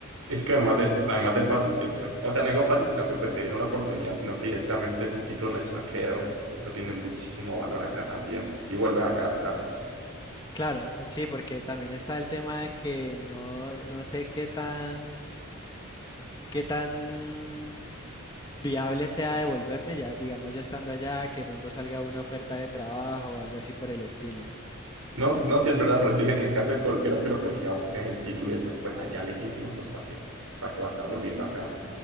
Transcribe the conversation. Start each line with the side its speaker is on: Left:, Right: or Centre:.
Right: Es que además de, además de fácil, que pues, o sea, no digo fácil, sino que pues te dieron la oportunidad, sino que directamente es un título en el extranjero. eh, es- Eso tiene muchísimo valor acá también. Si vuelves acá, claro.
Left: Claro, sí, porque también está el tema de que no, no sé qué tan, qué tan viable sea devolverme ya, digamos ya estando allá, que pronto salga una oferta de trabajo o algo así por el estilo.
Right: No, s- no, sí es verdad, pero eso te dije, en caso de que volvieras, pero pues si ya vos tienes el título y estás pues allá lejísimos, pues ¿para qué, para qué vas a estar volviendo acá?